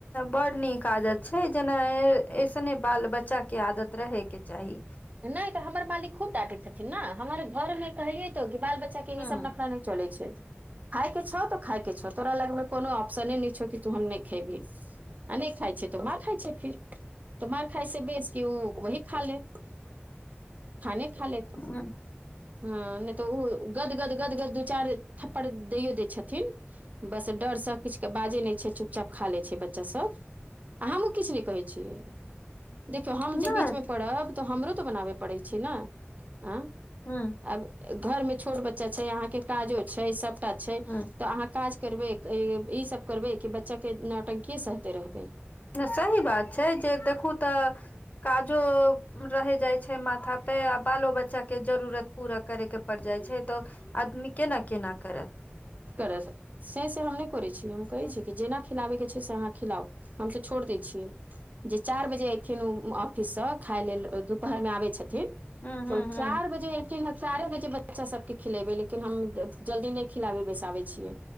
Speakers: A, on the left (about 40°); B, on the right (about 40°).
A: बड नीक आदत छै जेना ऐसने बाल बच्चाके आदत रहेके चाही
B: नहि तऽ हमर मालिक खूब टाटैत छथिन ने हमर घर मे कहलियै तो क बाल बच्चा के
A: हूँ
B: ई सब न चल छै खााय के छौ तो खााय के छौ तोरा लगमे कोनो ऑप्शने न छौ कि तू हम नहि खेबही आ नहि खाइ छै तो मार खाइ छै फिर तो मार खााय से बेच के ओ वही खा ले खाने खा लेत
A: हूँ
B: हँ नहि तऽ ओ गदगद गदगद दू चार थप्पड़ दैयो दै छथिन बस डरसँ किछु के बाजे नहि छै चुपचाप खा ले छै बच्चा सब आ हमहुँ किछु नहि कहै छियै देखियौ
A: नहि
B: हम जे बीचमे पड़ब तऽ हमरो तऽ बनाबय पड़ैत छै ने आँ
A: हँ।
B: आब घर मे छोट बच्चा छै अहाँके काजो छै सभटा छै
A: हूँ
B: तऽ अहाँ काज करबे ई सब करबे कि बच्चा के नाटंक सहते रहबै
A: सही बात छै जे देखू तऽ काजो रहे जाय छै माथा पे आ बालो बच्चा के जरूरत पूरा करे के पड़ जाय छै तऽ आदमी केना केना करत
B: करै से से हम नहि करैत छी हम कहैत
A: हूं
B: छी कि जेना खिलाबैके छै से अहाँ खिलाउ हम तऽ छोड़ि दै छियै जे चारि बजे ऐथिन उ ऑफिस से खााय लेल दुपहर मे आबे छथिन
A: हूं
B: चार
A: हूं
B: बजे एथिन चार बजे बच्चा सबके खिलेबै लेकिन हम जल्दी नहि खिलाबी बैसाबै छियै